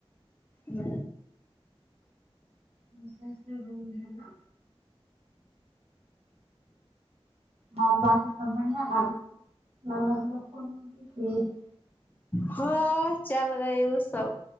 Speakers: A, on the left; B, on the right.
A: ہ
B: جیسے اس میں رول ہے نا ہاں باقی سب بڑیا <unintelligible> لوگ کون ہوتی تھے چ
A: ہاں چل گی ا سب